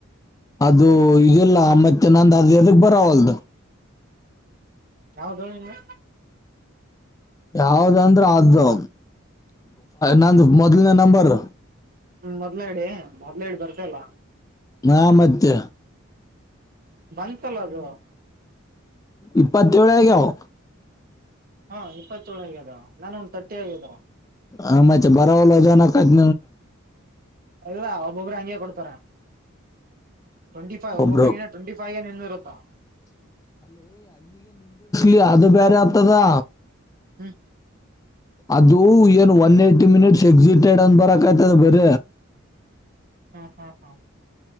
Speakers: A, on the left; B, on the right.
A: ಅದು ಈದೆಲ್ಲ ಮತ್ತೆ ನಂದು ಅದು ಎದಕ್ ಬರಾವಲ್ದು
B: ಯಾವ್ದೋಳಿಂದ
A: ಯಾವ್ದಂದ್ರ ಅದು ನಂದು ಮೊದ್ಲನೇ ನಂಬರ್
B: ಹ್ಮ್ ಮೊದ್ಲಡಿ ಮೊದ್ಲಡಿ ಬರ್ತಾಯಿಲ್ಲ
A: ನಾ ಮತ್ತೆ
B: ಬಂತಲ್ಲ ಅದು
A: ಇಪ್ಪತ್ತು ಏಳು ಆಗವ್
B: ಹಾ ಇಪ್ಪತ್ತಏಳಗ ಅದಾವ ನಾನ ಒಂದ ತರ್ಟಿ ಆಗಿದೆ
A: ಹ ಮ್ತ್ ಬರಾವಲ್ಲ ಜನ ಕತ್
B: ಅಲ್ಲ ಒಬ್ಬೊಬ್ಬ್ರ ಹಂಗಗೆ ಕೊಡ್ತಾರ ಟ್ವೆಂಟಿ ಫೈ್ಬ್ಬಬ್ಬ
A: ಒಬ್ರು
B: ಟ್ವೆಂಟಿ ಫೈ್ ನಿರತಾ
A: ಇ ಅದು ಬರತದಾ
B: ಹ್ಮ್
A: ಅದು ಏನು ಒನ್ ಏ್ಟ ಮಿನಿಟ್ಸ್ ಎಕ್ಸಿಟೆಡ್ ಅನ್ ಬರಕ ಆಯ್ತದ ಬರ
B: ಹಾ ಹಾ ಹಾ